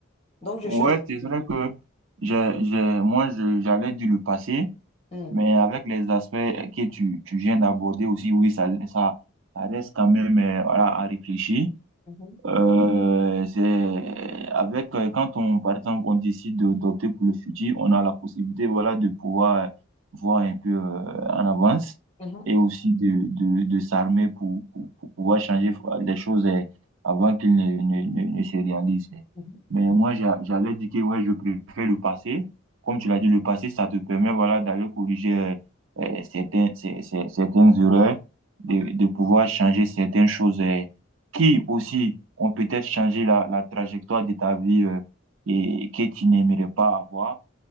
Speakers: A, on the left; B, on the right.
A: Donc, je
B: Ouais,
A: choisis
B: c'est vrai
A: le futur.
B: que j'ai, j'ai, moi, je- j'allais dire le passé.
A: Mm.
B: Mais avec les aspects que tu, tu viens d'aborder aussi, oui, ça, ça, ça reste quand même euh, voilà, à réfléchir.
A: Mhm.
B: Euh, c'est avec euh, quand on par exemple on décide de- d'opter pour le futur, on a la possibilité voilà de pouvoir voir un peu euh, en avance
A: Mhm.
B: et aussi de de, de s'armer pour, pour pour pouvoir changer les choses euh, avant qu'elles ne, ne, ne, ne se réalisent.
A: Mhm.
B: Mais moi j'a- j'allais dire que ouais je préfère le passé. Comme tu l'as dit, le passé ça te permet voilà d'aller corriger euh, euh, certains cer- cer- certaines erreurs, de de pouvoir changer certaines choses euh, qui aussi ont peut-être changé la, la trajectoire de ta vie euh, et que tu n'aimerais pas avoir.